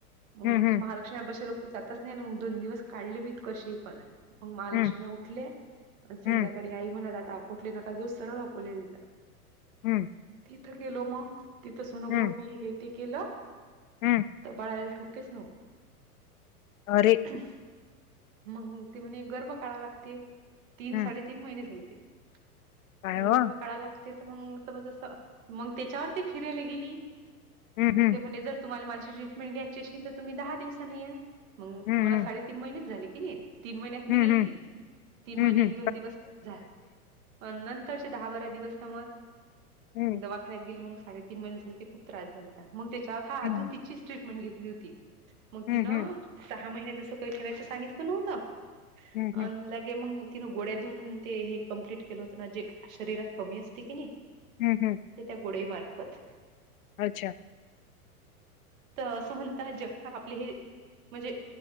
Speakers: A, on the right; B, on the left.
A: मग
B: हं, हं.
A: महालक्ष्मीबे लोक तर जातच नाही ना मग दोन दिवस काढले बी कशी पण मग महालक्ष्मी
B: हं,
A: उठले आणि संध्याकाळी
B: हं,
A: आई म्हणत आता अकोटले नका जऊ सरळ अकोलेल
B: हम्म
A: तिथं गेलो मग तिथं सोनोग्राफी
B: हं,
A: हे ते केलं
B: हं.
A: तर बाळायला ठोकेच नव्हते.
B: अरे
A: मग ते म्ह गर्भ काळा लागते तीन
B: हं.
A: साडेत तीन. तीन महि
B: काय हो?
A: गर्भ काळा लागते तर म समज मग त्याच्यावरती फिरायला गेली
B: हं,
A: मग
B: हं.
A: ते म्हणे जट तुम्हाला माझी ट्रीटमेंट घ्यायची अशी तर तुम्ही दहा दिवसा नाही या मग
B: हं,
A: मला
B: हं.
A: साडेतीन महिनेच झाले की नाही. तीन महिन्यात मी
B: हं,
A: गेलती
B: हं.
A: तीन
B: हं,
A: महिने
B: हं.
A: एक दोन दिवस जा. नंतरचे दहा बारा दिवस समज
B: हं,
A: दवाखाण्यात गेली मग साडेतीन महिने झा ते खूप त्रास झाला. मग त्याच्यावर हा
B: हं.
A: आधू तिचीच ट्रीटमेंट घेतली होती मग
B: हं,
A: तिनं
B: हं.
A: सहा महिने जसं काही ठेवायचं सांगितलं नव्हतं
B: हं, हं.
A: अ लगे मग तिन गोळ्या देऊन ते हे कमप्लित केलं होतं ना जे शरीरात कमी असते की नाही‌.
B: हूम हं
A: ते त्या गोडई मार्फत.
B: अच्छा
A: तर असं म्हणतात जेव्हा आपले हे म्हणजे